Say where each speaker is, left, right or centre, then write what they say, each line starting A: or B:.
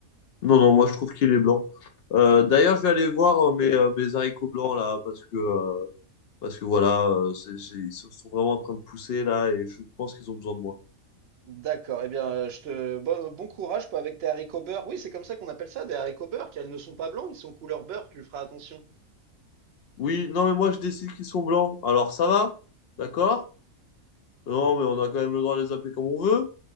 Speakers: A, on the left; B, on the right.
A: Non, non, moi je trouve qu'il est blanc. Euh, d'ailleurs, je vais aller voir euh, mes, euh, mes haricots blancs là, parce que, euh, parce que voilà, euh, c'est- j'ai- ils sont sont vraiment en train de pousser là, et je pense qu'ils ont besoin de moi.
B: D'accord, eh bien, euh, je te bon, bon courage pour- avec tes haricots beurre. Oui, c'est comme ça qu'on appelle ça, des haricots beurre, car ils ne sont pas blancs, ils sont couleur beurre, tu feras attention.
A: Oui, non, mais moi je décide qu'ils sont blancs. Alors ça va? D'accord? Non, mais on a quand même le droit de les appeler comme on veut.